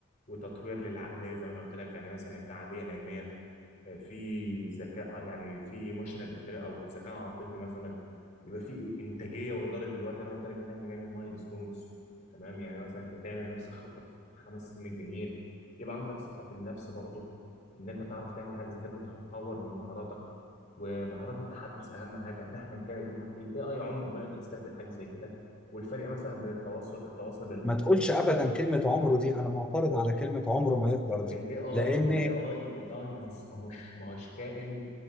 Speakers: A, on the left; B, in the centre.
A: وتطوير للعقليه زي ما انا قلت لك يعني مثلا في عقليه ناميه آه، في ذكاء آه، يعني في ايموشنال انتليجنس او ذكاء عاطفي مثلا يبقى في انتاجيه واداره الوقت اللي انا قلت لك ان احنا نعمل مايل ستونز تمام يعني مثلا انت تعمل لنفسك خطه في خمس سنين جايين يبقى عندك ثقه في النفس برضه ان انت تعرف تعمل حاجه زي كده انت هتطور من مهاراتك ومهارات التحدث اهم حاجه مهما كانت دي الاي اي عمره ما يقدر يستبدل حاجه زي كده والفرق مثلا بين التواصل التواصل
B: ما تقولش ابدا كلمه عمره دي انا معترض على كلمه عمره ما يقدر دي
A: الاي اي
B: لان
A: الاي اي الاي اي ما هوش ما هوش ما هوش كائن